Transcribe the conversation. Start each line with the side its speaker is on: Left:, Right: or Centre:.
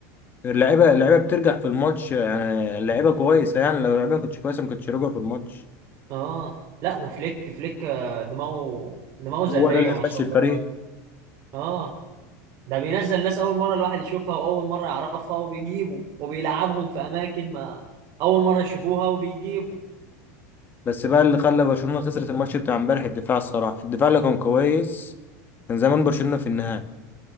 Left: اللعيبة اللعيبة بترجع في الماتش يعني اللعيبة كويسة يعني لو اللعيبة ما كانتش كويسة ما كانتش رجعوا في الماتش
Right: اه لا وفليك فليك آه، دماغه دماغه ذرية
Left: هو ده اللي
Right: ما
Left: ماشي
Right: شاء الله
Left: الفريق
Right: يا راجل اه ده بينزل ناس اول مره الواحد يشوفها واول مره يعرفها وبيجيبه وبيلعبهم في اماكن ما اول مره يشوفوها وبيجيبوا
Left: بس بقى اللي خلى برشلونة خسرت الماتش بتاع امبارح الدفاع الصراحة الدفاع اللي كان كويس كان زمان برشلونة في النهائي